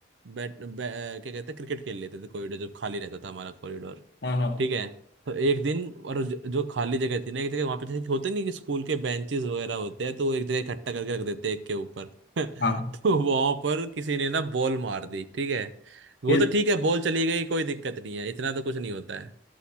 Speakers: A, on the right; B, on the left.
A: बैट बै, क्या कहते हैं क्रिकेट खेल लेते थे कॉरिडोर जब खाली रहता था हमारा कॉरिडोर
B: हाँ हाँ
A: ठीक है तो एक दिन और ज- जो खाली जगह थी ना एक जगह वहां पे जैसे कि होते नहीं कि स्कूल के बेंचेस वगैरह होते हैं तो वो एक जगह इकट्ठा करके रख देते हैं एक के ऊपर <laughs> तो
B: हाँ,
A: वहां पर किसी ने ना बॉल मार दी ठीक है वो
B: फिर
A: तो ठीक है बॉल चली गई कोई दिक्कत नहीं है इतना तो कुछ नहीं होता है